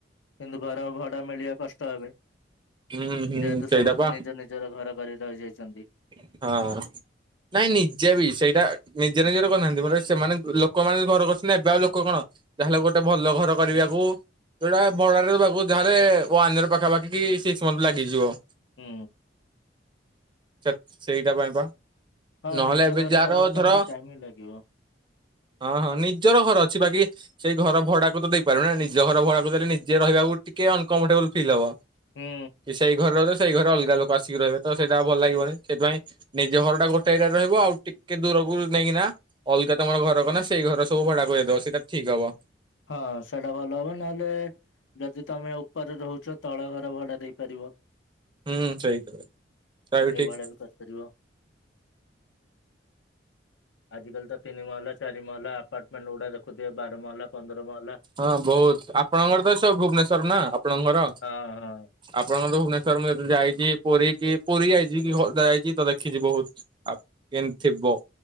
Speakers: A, on the left; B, on the right.
A: କିନ୍ତୁ ଘର ଭଡା ମିଳିବା କଷ୍ଟ ଏବେ
B: ହୁଁ ହୁଁ
A: ଯେହେତୁ
B: ସେଇଟା
A: ସମସ୍ତେ
B: ପା
A: ନିଜ ନିଜର ଘର କରି ରହିଯାଇଛନ୍ତି।
B: ହଁ। ନାଇଁ ନିଜେ ବି ସେଇଟା ନିଜେ ନିଜରେ କରିନାହାନ୍ତି ମାନେ ସେମାନେ ଲୋକମାନେ ଘର କରଛନ୍ତି ଏବେ ଆଉ ଲୋକ କଣ ଯାହେଲେ ଗୋଟେ ଭଲ ଘର କରିବାକୁ ସେଇଟା ଭଡାରେବାକୁ ଯାହେଲେ ୱାନ୍ ଇୟର ପାଖାପାଖି କି ସିକ୍ସ ମନ୍ଥ ଲାଗିଯିବ।
A: ହୁଁ।
B: ଚକ୍ ସେଇଟା ପାଇଁ ପା
A: ହଁ
B: ନହେଲେ
A: ନିଜ
B: ଏବେ
A: ଘର
B: ଯାହାର
A: କରିବା ପାଇଁ
B: ଧର
A: ତ ଟାଇମ ହିଁ ଲାଗିବ
B: ହଁ ହଁ ନିଜର ଘର ଅଛି, ବାକି ସେଇ ଘର ଭଡାକୁ ତ ଦେଇପାରିବୁନି ନିଜ ଘର ଭଡାକୁ ଦେଲେ ନିଜେ ରହିବାକୁ ଟିକେ ଅନକମ୍ଫର୍ଟେବଲ ଫିଲ୍ ହବ।
A: ହୁଁ
B: କି ସେଇ ଘରେ ରହୁଛ ସେଇ ଘରେ ଅଲଗା ଲୋକ ଆସିକି ରହିବେ ତ ସେଇଟା ଭଲ ଲାଗିବନି, ସେଇଥିପାଇଁ ନିଜ ଘର ଟା ଗୋଟେ ଏରିଆରେ ରହିବ ଆଉ ଟିକେ ଦୂରକୁ ନେଇକିନା ଅଲଗା ତମର ଘର କ ନା ସେଇ ଘର ସବୁ ଭଡାକୁ ଦେଇଦବ ସେଇଟା ଠିକ ହବ।
A: ହଁ ସେଟା ଭଲ ହବ, ନହେଲେ ଯଦି ତମେ ଉପରେ ରହୁଛ ତଳ ଘର ଭଡା ଦେଇପାରିବ।
B: ହୁଁ ସେଇଟା ସେଟା
A: ସେ
B: ଠିକ
A: ଭଳିଆ ବି କରିପାରିବ। ଆଜିକାଲି ତ ତିନି ମହଲା ଚାରି ମହଲା ଆପାର୍ଟମେଣ୍ଟ ଗୁଡା ଦେଖୁଥିବେ ବାର ମହଲା ପନ୍ଦର ମହଲା।
B: ହଁ ବହୁତ ଆପଣଙ୍କର ତ ସ ଭୁବନେଶ୍ଵର ନା ଆପଣଙ୍କ ଘର?
A: ହଁ ହଁ
B: ଆପଣଙ୍କର ଭୁବନେଶ୍ଵର ମୁଁ ଯାଇଚି ପୁରୀ କି ପୁରୀ ଯାଇଚି କି ଖୋର୍ଦ୍ଧା ଯାଇଚି ତ ଦେଖିଚି ବହୁତ। ଆ କେମତି ଥିବ